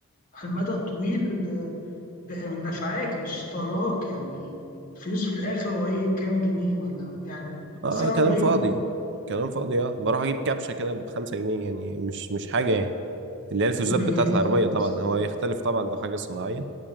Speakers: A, on the left (about 40°); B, on the right (about 55°).
A: على المدى الطويل ب- نفعاك مش ضراك يعني الفلوس في الاخر هو ايه كام جنيه ولا يعني
B: اه
A: سعره
B: آه، كلام
A: قليل
B: فاضي
A: قوي
B: كلام فاضي اه بروح اجيب كبشه كده بخمسة جنيه يعني مش مش حاجه يعني اللي هي الفيوزات
A: بالظبط
B: بتاعت العربيه طبعا هو يختلف طبعا لو حاجه صناعيه